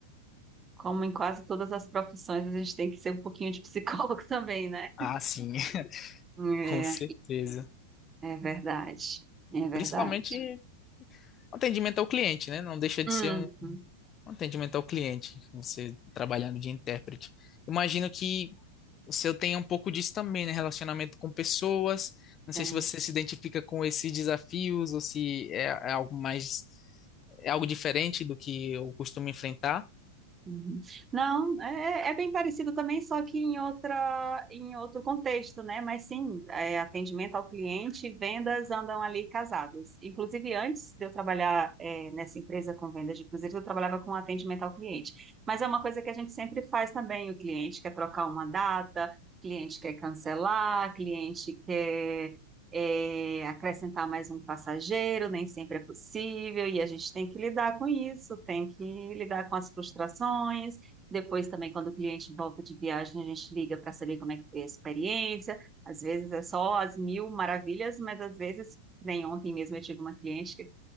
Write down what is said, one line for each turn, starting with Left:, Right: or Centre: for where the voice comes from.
Right: Como em quase todas as profissões, a gente tem que ser um pouquinho de psicólogo <laughs> também, né?
Left: Ah, sim, <laughs>
Right: É,
Left: com certeza.
Right: é verdade, é verdade.
Left: Principalmente atendimento ao cliente, né? Não deixa de
Right: Uhum,
Left: ser um um atendimento ao cliente, você trabalhando de intérprete. Imagino que O seu tem um pouco disso também, né? Relacionamento com pessoas. Não
Right: tem.
Left: sei se você se identifica com esses desafios ou se é, é algo mais, é algo diferente do que eu costumo enfrentar.
Right: Uhum. Não, é, é é bem parecido também, só que em outra, em outro contexto, né? Mas sim, é, atendimento ao cliente e vendas andam ali casados. Inclusive, antes de eu trabalhar, é, nessa empresa com vendas de cruzeiros, eu trabalhava com atendimento ao cliente. Mas é uma coisa que a gente sempre faz também. O cliente quer trocar uma data, cliente quer cancelar, cliente quer é, acrescentar mais um passageiro, nem sempre é possível, e a gente tem que lidar com isso, tem que lidar com as frustrações. Depois também, quando o cliente volta de viagem, a gente liga para saber como é que foi a experiência. Às vezes é só as mil maravilhas, mas às vezes, nem ontem mesmo eu tive uma cliente que